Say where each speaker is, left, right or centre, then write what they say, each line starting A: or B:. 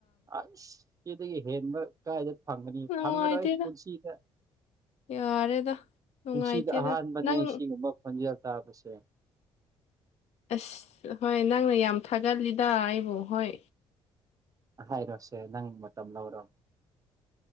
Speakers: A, on the right; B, on the left.
A: ꯑꯁ ꯁꯤꯗꯒꯤ ꯍꯦꯟꯕ ꯀꯥꯏꯗ ꯐꯪꯒꯅꯤ
B: ꯅꯨꯡꯉꯥꯏꯇꯦꯗ
A: ꯐꯪꯉꯔꯣꯏ ꯄꯨꯟꯁꯤꯗ
B: ꯌꯥꯔꯦꯗ ꯅꯨꯡꯉꯥꯏꯇꯦꯗ
A: ꯄꯨꯟꯁꯤꯗ ꯑꯍꯥꯟꯕꯅꯦ
B: ꯅꯪ
A: ꯁꯤꯒꯨꯝꯕ ꯈꯟꯖꯔꯛ ꯇꯥꯕꯁꯦ
B: ꯑꯁ ꯍꯣꯏ ꯅꯪꯅ ꯌꯥꯝ ꯊꯥꯒꯠꯂꯤꯗ ꯑꯩꯕꯨ ꯍꯣꯏ
A: ꯍꯥꯏꯔꯣꯁꯦ ꯅꯪ ꯃꯇꯝ ꯂꯧꯔꯣ